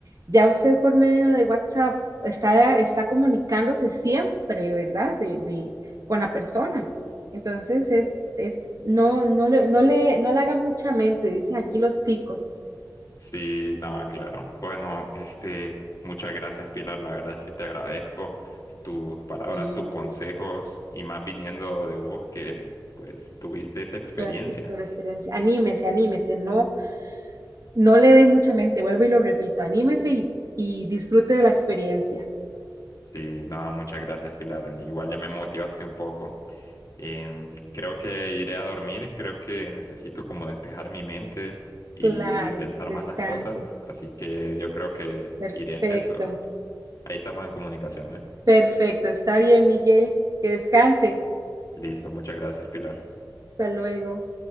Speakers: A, on the right; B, on the left.
A: ya usted por medio de WhatsApp está, está comunicándose siempre, ¿verdad? De, de- con la persona. Entonces, es, es, no, no le, no le, no le haga mucha mente, dicen aquí los ticos.
B: Sí, nada, claro. Bueno, este, muchas gracias, Pilar. La verdad es que te agradezco tus palabras,
A: Sí,
B: tus consejos y más viniendo de vos que pues tuviste esa experiencia.
A: la, la experiencia. Anímese, anímese, no, no le dé mucha mente, vuelvo y lo repito, anímese y, y disfrute de la experiencia.
B: Sí, nada, muchas gracias, Pilar. Igual ya me motivaste un poco. Em, creo que iré a dormir, creo que necesito como despejar mi mente y
A: Claro,
B: pensar
A: descanse.
B: más las cosas, así que yo creo que
A: Perfecto,
B: iré a eso. Ahí estamos en comunicación, ¿eh?
A: perfecto. Está bien, Miguel. Que descanse.
B: Listo, muchas gracias, Pilar.
A: Hasta luego.